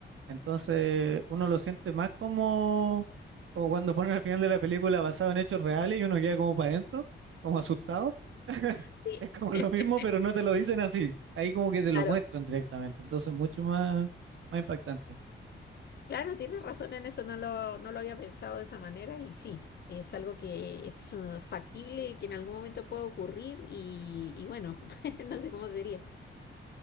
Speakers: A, on the right (about 85°); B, on the left (about 55°).
A: Entonces uno lo siente más como, como cuando ponen al final de la película basado en hechos reales y uno queda como para adentro, como asustado. <laughs>
B: sí.
A: Es como
B: <laughs>
A: lo mismo, pero no te lo dicen así. Ahí como que te
B: Claro,
A: lo muestran directamente. Entonces mucho más, más impactante.
B: claro, tienes razón en eso, no lo, no lo había pensado de esa manera y sí, es algo que es eh, factible, que en algún momento puede ocurrir y, y bueno, <laughs> no sé cómo sería,